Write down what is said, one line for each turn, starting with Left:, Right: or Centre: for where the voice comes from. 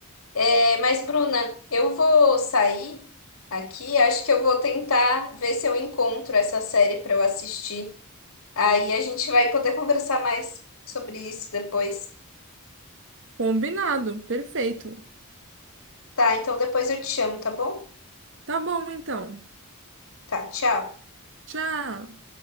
Left: É, mas, Bruna, eu vou sair aqui. Acho que eu vou tentar ver se eu encontro essa série para eu assistir. Aí a gente vai poder conversar mais sobre isso depois.
Right: Combinado, perfeito.
Left: Tá, então depois eu te chamo, tá bom?
Right: Tá bom, então.
Left: Tá, tchau.
Right: Tchau.